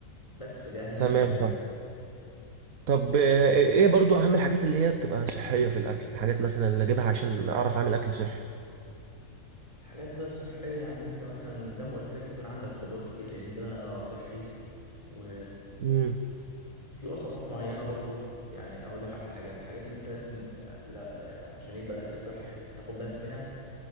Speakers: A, on the left; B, on the right.
A: بس فده اهم
B: تمام
A: الحاجات يعني
B: فاهم طب آه، ايه برضو اهم الحاجات اللي هي بتبقى صحيه في الاكل الحاجات مثلا اللي اجيبها عشان اعرف اعمل اكل صحي
A: حاجات زي الصحيه يعني انت مثلا زي ما قلت لك يكون عندك خضار كتير لان ده صحي و...
B: امم
A: في وصفات معينة برضو يعني أقول لك على حاجة الحاجات اللي أنت لازم ت- لا عشان يبقى الأكل صحي تاخد بالك منها